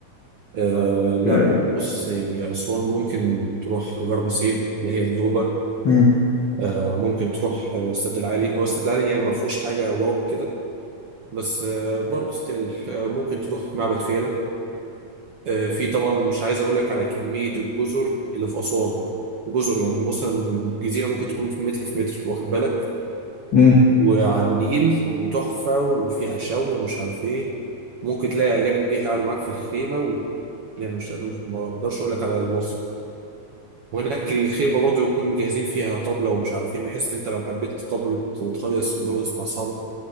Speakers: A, on the right (about 65°); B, on the left (about 60°).
A: آه
B: يعني
A: لا بص يعني اسوان ممكن تروح غرب سهيل اللي هي النوبه
B: امم
A: آه، ممكن تروح آه، السد العالي هو السد العالي يعني ما فيهوش حاجة واو كده بس آه، برضه ستيل ممكن تروح معبد فيلة آه، في طبعا مش عايز أقول لك على كمية الجزر اللي في أسوان جزر يعني مثلا الجزيرة ممكن تكون في متر في متر واخد بالك
B: امم
A: وعلى النيل وتحفة وفيها شوي ومش عارف إيه ممكن تلاقي أجانب جه يقعدوا معاك في الخيمة و... يعني مش قادر مش ما أقدرش أقول لك على الوصف وهناك الخيمة برضه يكون جاهزين فيها طبلة ومش عارف إيه بحيث إن أنت لو حبيت تطبل وتخيص وترقص مع أصحابك